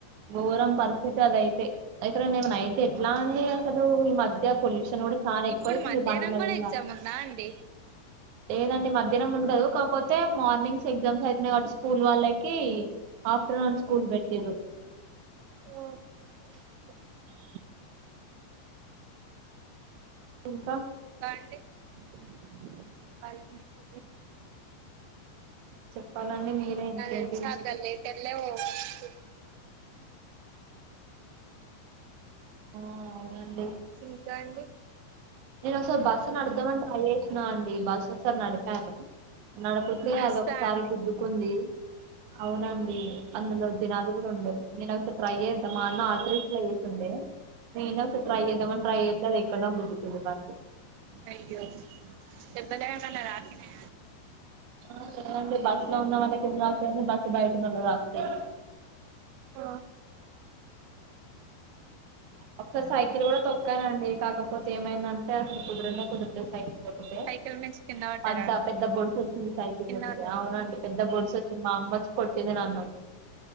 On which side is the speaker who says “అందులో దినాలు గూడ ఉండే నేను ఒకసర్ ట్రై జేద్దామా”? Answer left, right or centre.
Right